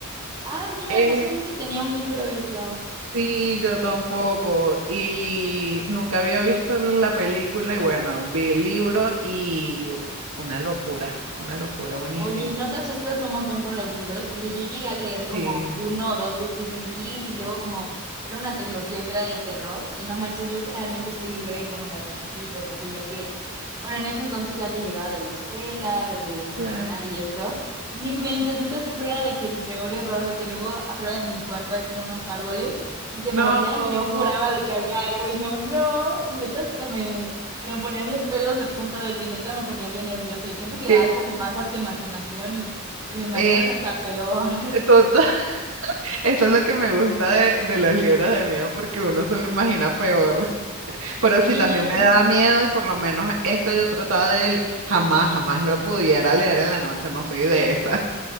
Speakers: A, on the right (about 20°); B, on the right (about 75°).
A: Ah, mira,
B: Eh,
A: no sabía que tenía un libro eso.
B: Sí, yo tampoco. Y nunca había visto la película y bueno, vi el libro y u- una locura, una locura, buenísimo.
A: Oye, ¿y no te asustas un montón con los libros? Porque yo llegué a leer como
B: Sí,
A: uno o dos de Stephen King y luego como era una trilogía que era de terror y no manches, yo generalmente estoy libre como en las nochecitas y así, ya que, bueno, en ese entonces ya que llegaba de la escuela, de entrenar
B: claro.
A: y eso, y no inventes, neta siempre era de que el peor error, de que luego afuera de mi cuarto hay como unos árboles y se
B: No.
A: movían y yo juraba de que había algo y yo no, y neta hasta me se me ponían los pelos de punta de que neta me ponía bien nerviosa y siento que da
B: Sí,
A: como más a tu imaginación y te lo imaginas
B: eh,
A: hasta peor. <laughs>
B: total, <laughs> Eso es lo que me gusta de, de los libros de miedo porque uno se lo imagina peor. <laughs> Pero
A: Sí,
B: sí, también me da miedo y por lo menos esta yo trataba de... Jamás, jamás lo pudiera leer en la noche, no soy de esa.